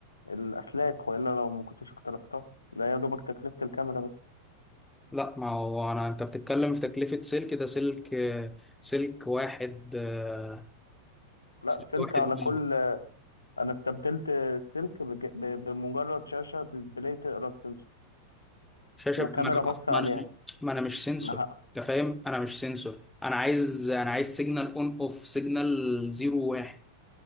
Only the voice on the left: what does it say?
الاسلاك والا لو ما كنتش اقترحتها ده يا دوبك تكلفه الكاميرا بس
لا
سلك
على كل آه، انا استبدلت السلك بج- ب- بمجرد شاشه ديسبلاي تقرا السنسور
وكاميرا
بص
عليها
ما ه-